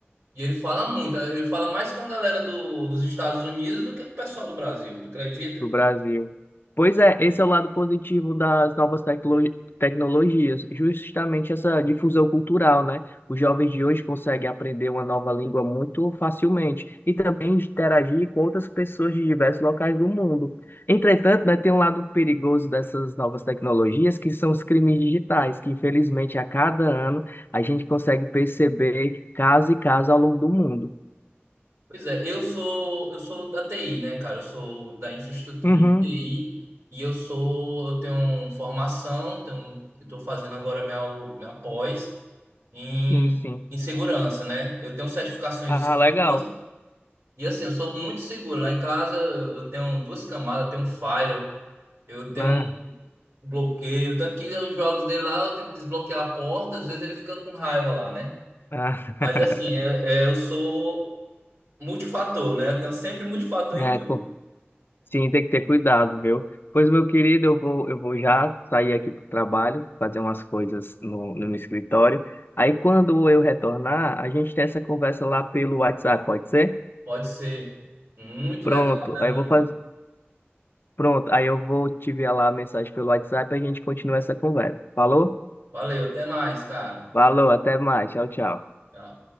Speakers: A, on the right (about 85°); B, on the left (about 55°).
A: E ele fala muito. Ele fala mais com a galera do- dos Estados Unidos do que com o pessoal do Brasil. Tu acredita?
B: do Brasil. Pois é, esse é o lado positivo das novas teclo- tecnologias, justamente essa difusão cultural, né? Os jovens de hoje conseguem aprender uma nova língua muito facilmente e também interagir com outras pessoas de diversos locais do mundo. Entretanto, né, tem um lado perigoso dessas novas tecnologias, que são os crimes digitais, que infelizmente a cada ano a gente consegue perceber caso e caso ao longo do mundo.
A: Pois é, eu sou eu sou da TI, né, cara? Eu sou da infraestrutura
B: Uhum,
A: de TI e eu sou eu tenho formação, tenho, eu tô fazendo agora minha u- minha pós em,
B: sim, sim.
A: em segurança, né? Eu tenho certificações
B: Ah,
A: de segurança
B: legal.
A: E assim, eu sou muito seguro. Lá em casa eu eu tenho duas camadas, eu tenho um firewall, eu tenho
B: Ah,
A: um bloqueio. Tanto que os jogos dele lá eu tenho que desbloquear a porta, às vezes ele fica com raiva lá, né?
B: ah. <laughs>
A: Mas assim, é, é, eu sou multifator, né? Eu tenho sempre multifator
B: É,
A: em tudo.
B: co- sim, tem que ter cuidado, viu? Pois, meu querido, eu vou, eu vou já sair aqui pro trabalho, fazer umas coisas no, no escritório. Aí, quando eu retornar, a gente tem essa conversa lá pelo WhatsApp, pode ser?
A: Pode ser. Muito
B: Pronto,
A: legal, né, Leandro.
B: aí eu vou fazer. Pronto, aí eu vou te enviar lá a mensagem pelo WhatsApp e a gente continua essa conversa. Falou?
A: Valeu, até mais, cara.
B: Falou, até mais. Tchau, tchau.
A: Tchau.